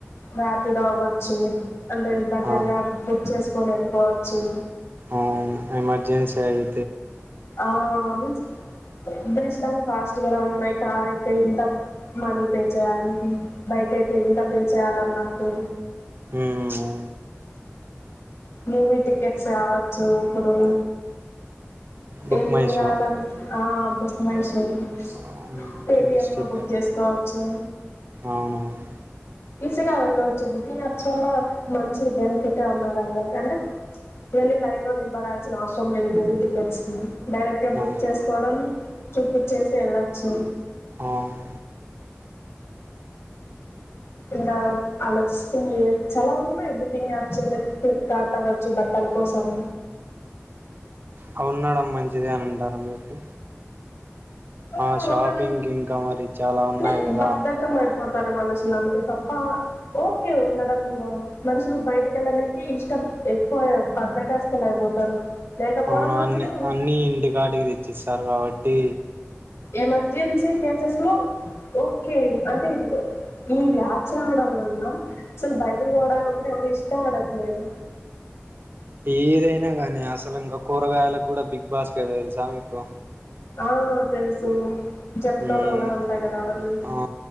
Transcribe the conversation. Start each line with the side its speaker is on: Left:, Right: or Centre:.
Left: రాయాపిడో అవచ్చు అంటే దగ్గరగా
Right: ఆ
Left: బుక్ చేసుకొని వెళ్ళిపోవచ్చు.
Right: ఆ ఎమర్జెన్సీ అయి
Left: ఆ మీన్స్ బేస్డ్ ఆన్ కాస్ట్ గుడ ఉన్నయ్, కార్ అయితే ఇంత మనీ పే చేయాలి, బైక్ అయితే ఇంకా పే చేయాలన్నటు
Right: ఉమ్
Left: మూవీ టికెట్స్ కావచ్చు ఇప్పుడు
Right: బుక్
Left: ఏ మూవి
Right: మై
Left: కావాలన్
Right: షో
Left: ఆ పుస్ మైషో పీస్
Right: హ్మ్.
Left: పేటిఎమ్
Right: డిస్ట్రిక్ట్
Left: లో బుక్ చేసుకోవచ్చు.
Right: అవునవును
Left: ఈజీగా వెళ్ళవచ్చు బుకింగ్ అప్స్ వల్ల మంచి బెనిఫిట్ ఉన్నది అందరికి అంటే, వెళ్లి లైన్ లో నిలబడాల్సిన అవసరం లేదు మూవీ టికెట్స్ కి డైరెక్ట్ గా బుక్
Right: ఆ!
Left: చేసుకోవడం చూప్పుచ్చేసి ఎళ్ళచ్చు.
Right: అవును
Left: ఇంకా ఆలోచిస్తున్న ఇగ చాలా ఉన్నయ్ బుకింగ్ యాప్స్ లైక్ ఫ్లిప్కార్ట్ అవ్వచ్చు బట్టల కోసం.
Right: ఆ ఉండడం మంచిదే అని ఉంటారా మీకు
Left: ఏ
Right: ఆ షాపింగ్
Left: రోకలి,
Right: ఇంకా మరి చాలా ఉన్నాయి
Left: టె ఒక
Right: కదా
Left: బద్ధకం అయిపోతారు మనసు అసలు అంతే తప్ప ఓకే ఉండడం గుడ మనుషులు బయటకెళ్ళనికి ఇష్టం ఎక్కువ బద్దకస్తలు అయిపోతారు. లేకపోవడం
Right: అవును
Left: మంచిది
Right: అన్ని అన్ని ఇంటి కాడికి తెచ్చేస్ తరు కాబట్టి
Left: ఎమర్జెన్సీ కేసెస్ లో ఓకే అంటే ఇది అచ్చి రావడం వల్ల, అసలు బయటికి పోవడానికి గుడ ఎవరు ఇష్టపడట్లేదు.
Right: ఏదైనా గానీ అసలు ఇంకా కూరగాయలకు కూడా బిగ్ బాస్కెట్ తెలుసా మీకు?
Left: ఆ తెలుసు జప్తాలు
Right: మ్మ్
Left: కూడా ఉంటాయి కదా అవన్నీ
Right: ఆ